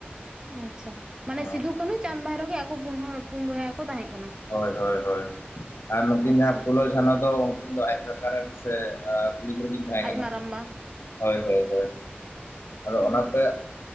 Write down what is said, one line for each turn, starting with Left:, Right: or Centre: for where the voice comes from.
Right: ᱟᱪᱪᱷᱟ ᱢᱟᱱᱮ
Left: ᱦᱮᱸ
Right: ᱥᱤᱫᱩ ᱠᱟᱹᱱᱦᱩ ᱪᱟᱸᱫᱽ ᱵᱦᱟᱭᱨᱚ ᱜᱮ ᱟᱠᱚ ᱯᱩᱱ ᱦᱚᱲ ᱯᱩᱱ ᱵᱚᱭᱦᱟ ᱜᱮᱠᱚ ᱛᱟᱦᱮᱸ ᱠᱟᱱᱟ᱾
Left: ᱦᱳᱭ ᱦᱳᱭ ᱦᱳᱭ ᱟᱨ ᱱᱩᱠᱤᱱ
Right: ᱟᱪᱪᱷᱟ
Left: ᱡᱟᱦᱟᱸᱭ ᱯᱷᱩᱞᱚ ᱡᱷᱟᱱᱚ ᱫᱚ ᱩᱱᱠᱤᱱ ᱫᱚ ᱟᱡ ᱠᱟᱠᱟ ᱨᱮᱱ ᱥᱮ ᱟᱨ ᱠᱩᱲᱤ ᱜᱤᱫᱽᱨᱟᱹ ᱜᱤ ᱛᱟᱦᱮᱸ
Right: ᱟᱡ
Left: ᱠᱟᱱᱟ
Right: ᱢᱟᱨᱟᱢᱵᱟ
Left: ᱦᱳᱭ ᱦᱳᱭ ᱟᱫᱚ
Right: ᱦᱩᱸ
Left: ᱚᱱᱟᱛᱮ